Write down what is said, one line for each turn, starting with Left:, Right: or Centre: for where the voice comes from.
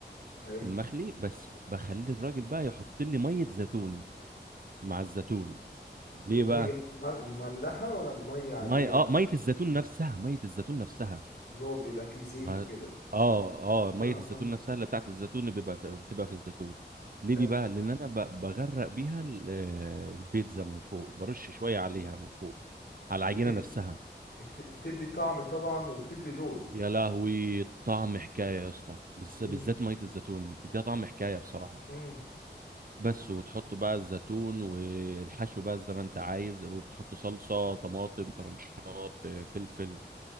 Left: حلو
Right: المخلي بس بخلي الراجل بقى يحط لي ميه زيتون مع الزيتون
Left: ب-
Right: ليه
Left: مية
Right: بقى
Left: مل- مملحة ولا مية عادية
Right: ميه اه ميه الزيتون نفسها ميه الزيتون نفسها
Left: اللي هو بيبقى فيه زيت
Right: ما...
Left: وكده
Right: اه اه ميه
Left: اه
Right: الزيتون
Left: اه
Right: نفسها اللي بتاعت الزيتون اللي بيبقى بتبقى في الزيتون ليه
Left: حلو
Right: دي بقى لان انا ب... بغرق بيها ال- آه، البيتزا من فوق برش شويه عليها من فوق على العجينه
Left: بت...
Right: نفسها
Left: بت... بتدي طعم طبعا وبتدي لون
Right: يا لهوي طعم حكايه يا اسطى بس
Left: مم.
Right: بالذات ميه الزيتون دي بتديها طعم حكايه بصراحه
Left: مم.
Right: بس وتحط بقى الزيتون والحشو بقى زي ما انت عايز وبتحط صلصة طماطم طرنشات آه، فلفل